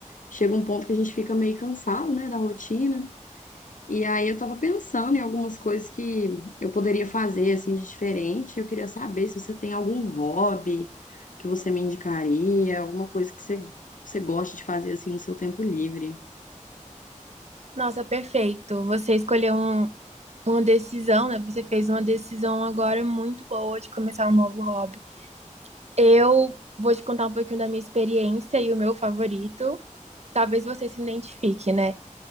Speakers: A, on the left (about 75°); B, on the right (about 55°).
A: chega um ponto que a gente fica meio cansado, né, da rotina. E aí eu tava pensando em algumas coisas que eu poderia fazer, assim, de diferente. Eu queria saber se você tem algum hobby que você me indicaria, alguma coisa que você, você gosta de fazer, assim, no seu tempo livre.
B: Nossa, perfeito. Você escolheu um- uma decisão, né? Você fez uma decisão agora muito boa de começar um novo hobby. Eu vou te contar um pouquinho da minha experiência e o meu favorito. Talvez você se identifique, né?